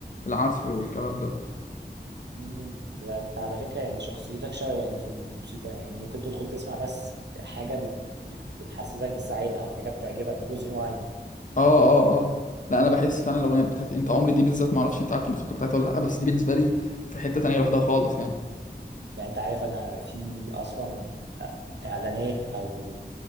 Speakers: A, on the left (about 45°); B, on the right (about 80°).
A: العزف والكلام ده
B: مم. يبقى انت على فكرة يعني شخصيتك شبهي في الموسيقى يعني ممكن تدخل تسمع بس حاجة بت... بت... بتحسسك بالسعادة او حاجة بتعجبك جزء معين
A: اه اه اه لا انا بحس فعلا الاغنيه بتاعت انت عمري دي بالذات ما اعرفش انت عارف الموسيقى بتاعتها ولا لا بس دي بالنسبه لي في حته تانية لوحدها خالص يعني
B: يعني انت عارف انا في اصلا اعلانات او